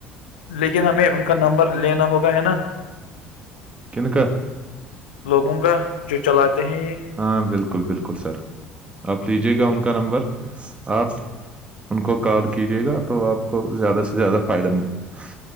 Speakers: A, on the left (about 70°); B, on the right (about 20°).
A: لیکن ہمیں ان کا نمبر لینا ہوگا ہے نا
B: کنکہ
A: لوگوں کا جو چلاتے ہیں یہ
B: ہاں بالکل بالکل سر آپ لیجیے گا ان کا نمبر آپ ان کو کال کیجیے گا تو آپ کو زیادہ سے زیادہ فائدہ ملے گا